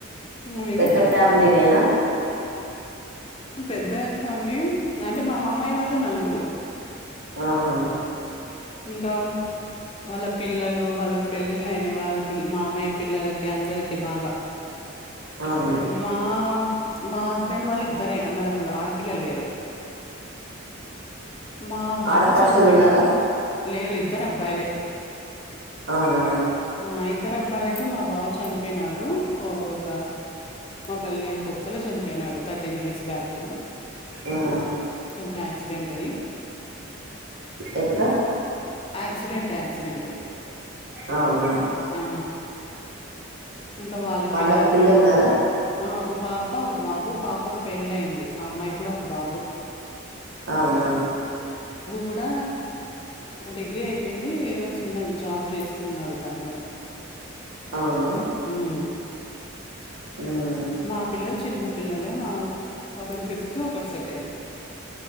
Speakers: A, on the left (about 30°); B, on the right (about 55°).
A: మేమిక్కెడుంట
B: పెద్ద ఫ్యామిలీనేనా
A: పెద్ద ఫ్యామిలీ అంటే మా మామయ్య వాళ్ళు నలుగురు
B: ఆహా
A: ఇంకామ్ వాళ్ళ పిల్లలు వాళ్ళకి పెళ్ళిళ్ళయినా వాళ్ళ పిల్ మామయ్య పిల్లలకి అందరికి బాగా
B: అవునా
A: మా మా హస్బెండ్ వాళ్ళు ఇద్దరే అన్నదమ్ములు ఆడపిల్ల లేరు మా బావ
B: ఆడపడుచలు
A: చనిపోయిన
B: ఉన్నారా
A: లేరు ఇద్దరు అబ్బాయిలే
B: అవునా
A: ఆ ఇద్దరు అబ్బాయిలేతే మా బా చనిపోయినాడు ఒక మా పెళ్లైన కొత్త అ చనిపోయినాడు థర్టీన్ ఇయర్స్ బ్యాక్
B: ఉమ్
A: కొంచం ఆక్సిడెంట్ అయి
B: ఎట్లా
A: ఆక్సిడెంట్ ఆక్సిడెంట్
B: అవునా
A: ఆ ఇంకా వాళ్ళ
B: వాళ్ళకు
A: పిల్లలకు
B: పిల్లలున్నారా
A: ఆ ఒక ఒక పాప ఒక బాబు పాపకు పెళ్ళ అయింది ఆ అమ్మాయికి కూడా ఒక బాబు
B: అవునా
A: కూడా డిగ్రీ అయిపోయింది ఏదో చిన్న జాబ్ చేస్తు స్తుూన్నాడు తను కూడా
B: అవునా
A: ఉమ్
B: ఉమ్
A: మా పిల్లలు చిన్న పిల్లలు మా ఒకరు ఫిఫ్త్ ఒకరు సెకండ్